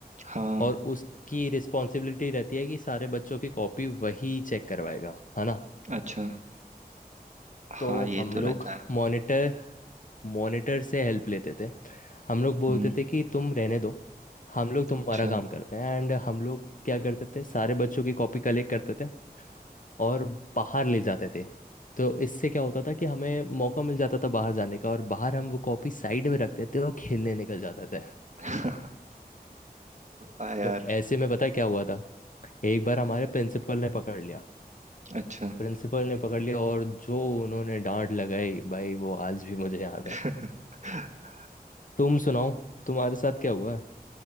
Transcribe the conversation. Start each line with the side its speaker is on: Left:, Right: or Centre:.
Right: हाँ
Left: और उसकी रिस्पॉन्सिबिलिटी रहती है कि सारे बच्चों की कॉपी वही चेक करवाएगा है ना
Right: अच्छा हाँ
Left: तो
Right: ये
Left: हम
Right: तो
Left: लोग
Right: रहता है
Left: मॉनिटर मॉनिटर से हेल्प लेते थे हम लोग बोलते
Right: हम्म
Left: थे कि तुम रहने दो हम लोग तुम्हारा
Right: अच्छा
Left: काम करते हैं एंड हम लोग क्या करते थे सारे बच्चों की कॉपी कलेक्ट करते थे और बाहर ले जाते थे तो इससे क्या होता था कि हमें मौका मिल जाता था बाहर जाने का और बाहर हम वो कॉपी साइड में रखते थे और खेलने निकल जाते थे
Right: <laughs> आ यार
Left: तो ऐसे में पता है क्या हुआ था एक बार हमारे प्रिंसिपल ने पकड़ लिया
Right: अच्छा
Left: प्रिंसिपल ने पकड़ लिया और जो उन्होंने डांट लगाई भाई वो आज भी मुझे याद
Right: <laughs>
Left: है तुम सुनाओ तुम्हारे साथ क्या हुआ है